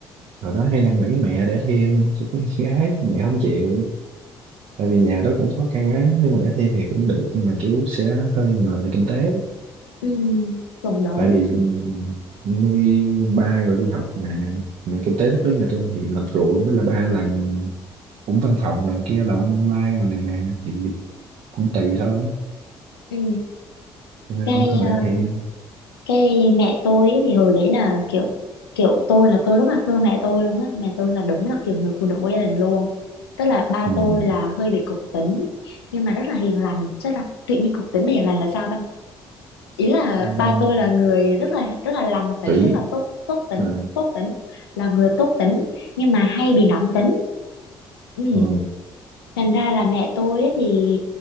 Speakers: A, on the right; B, on the left.
A: hồi đó hay năn nỉ mẹ để thêm cho có em gái mẹ không chịu tại vì nhà đó cũng khó khăn á nếu mà để thêm thì cũng được nhưng mà kiểu sẽ hơi mệt về kinh tế
B: Ừ, cũng đúng.
A: tại vì nuôi ba người đi học mà mà kinh tế lúc đó nhà tôi thì làm ruộng với là ba làm cũng văn phòng này kia là online rồi nè thì cũng tùy thôi
B: Ừ.
A: cho nên
B: Cái
A: cũng không phải
B: ờ,
A: để thêm
B: cái mẹ tôi ấy, thì hồi đấy là kiểu kiểu tôi là tôi rất là thương mẹ tôi luôn á. Mẹ tôi là đúng là kiểu người phụ nữ của gia đình luôn. Tức là ba
A: ừ.
B: tôi là hơi bị cục tính nhưng mà rất là hiền lành. Chắc là tự nhiên cục tính mà hiền lành là sao ta? ý là
A: Ừ.
B: ba tôi là người rất là rất là lành tính
A: kỹ
B: rất là tốt tốt tính
A: ừ.
B: tốt tính là người tốt tính nhưng mà hay bị nóng tính ừ.
A: Ừ.
B: thành ra là mẹ tôi á thì